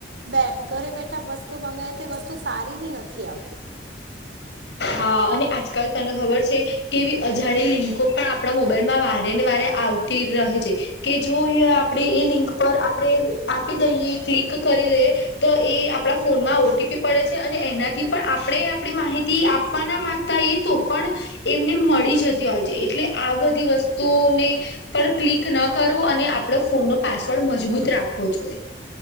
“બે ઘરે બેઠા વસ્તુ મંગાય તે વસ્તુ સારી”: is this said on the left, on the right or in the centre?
Right